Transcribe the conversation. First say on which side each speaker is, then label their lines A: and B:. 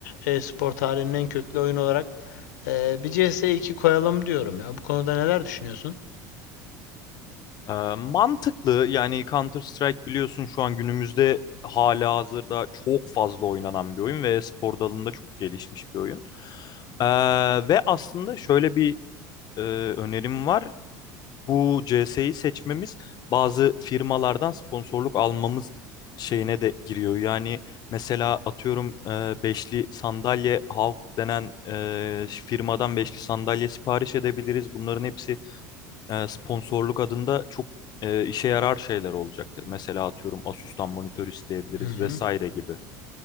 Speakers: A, on the left; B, on the left.
A: e, spor tarihinin en köklü oyun olarak ee, bir cs iki koyalım diyorum ya. Bu konuda neler düşünüyorsun?
B: E, mantıklı yani Counter Strike biliyorsun şu an günümüzde hali hazırda çok fazla oynanan bir oyun ve spor dalında çok gelişmiş bir oyun. E, ve aslında şöyle bir e, önerim var. bu CS'yi seçmemiz bazı firmalardan sponsorluk almamız şeyine de giriyor. Yani mesela atıyorum e, beşli sandalye Halk denen e, firmadan beşli sandalye sipariş edebiliriz. Bunların hepsi e, sponsorluk adında çok e, işe yarar şeyler olacaktır. Mesela atıyorum Asus'tan monitör isteyebiliriz
A: Hı
B: vesaire
A: hı.
B: gibi.